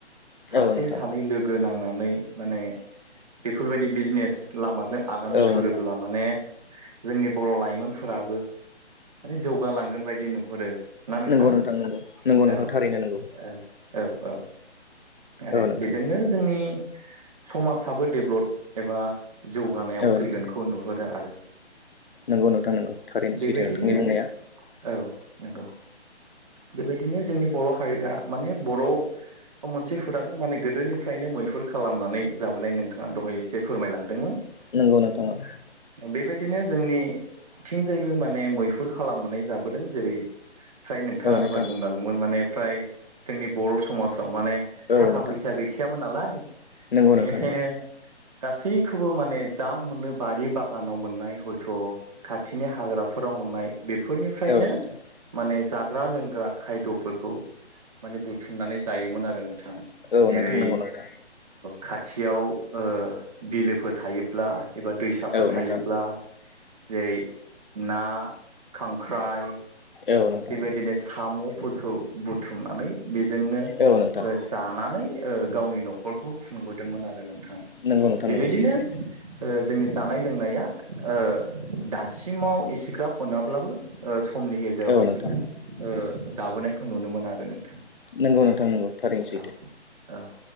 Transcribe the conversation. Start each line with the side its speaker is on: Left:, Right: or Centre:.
Right: सासे
Left: औ नोंथां
Right: सानै लोगो नांनानै माने बेफोरबायदि बिजनेस लामाजों आगान
Left: औ
Right: सुरोब्ला
Left: नोंथां
Right: माने जोंनि बर' लाइमोन फोराबो माने जौगालांगोन बायदि नुहरो ना नोंथां
Left: नंगौ नंगौ नंगौ नोंथां
Right: औ-औ
Left: थारैनो नंगौ
Right: औ-औ आरो
Left: औ नोंथां
Right: बेजोंनो जोंनि समाजाबो डेभ्लप एबा जौगानायाव
Left: औ
Right: फैगोनखौ
Left: नोंथां
Right: नुहुरो आरो <unintelligible>
Left: नंगौ नोंथां नोंगौ थारैनो
Right: बेबायदिनो
Left: सैथो नोंथांनि बुंनाया
Right: औ नंगौ बेबायदिनो जोंनि बर' हारिया माने बर' मोनसे हुदा दं माने गोदोनिफ्रायनो मैहुर खालामनानै जाबोनाय नोंथाङा दहाय एसे फोरमायलांदोंमोन
Left: नंगौ नोंथां औ
Right: ओ बेबायदिनो जोंनि थिंजायबो माने मैहुर खालामनानै जाबोदों जेरै फ्राय नोंथाङा
Left: नोंथां
Right: दहाय बुंलांदोंमोन माने फ्राय जोंनि बर' समाजाव माने
Left: औ
Right: थाखा
Left: नोंथां
Right: फैसा गैखायामोन नालाय
Left: नंगौ
Right: बेनिखायनो
Left: नोंथां नंगौ
Right: गासैखौबो माने जा मोनो बारि बागानाव मोननाय हयथ' खाथिनि हाग्राफोराव मोननाय बेफोरनिफ्रायनो
Left: औ नोंथां
Right: माने जाग्रा लोंग्रा खायद'फोरखौ माने बुथुमनानै जायोमोन आरो नों थां
Left: औ
Right: जेरै
Left: नोंथां नंगौ नोंथां
Right: खा थियाव ओ बिलोफोर थायोब्ला एबा दैसाफोर
Left: औ
Right: थायोब्ला
Left: नोंथां
Right: जेरै ना खांख्राइ
Left: औ नोंथां
Right: बेबायदिनो साम'फोरखौ बुथुमनानै बेजोंनो
Left: औ नोंथां
Right: ओ जानानै ओ गावनि न'खरखौ खुंबोदोंमोन आरो नों थां
Left: नंगौ नोंथां
Right: बेबायदिनो
Left: नंगौ सैथो
Right: ओ जोंनि जानाय लोंनाया ओ दासिमाव एसेग्रााब मोनाब्लाबो ओ समनि गेजेराव
Left: औ
Right: बेफोरखौ
Left: नोंथां
Right: ओ जाबोनायखौ नुनो मोनो आरो नोंथां
Left: नंगौ नोंथां नंगौ थारैनो सैथो
Right: औ-औ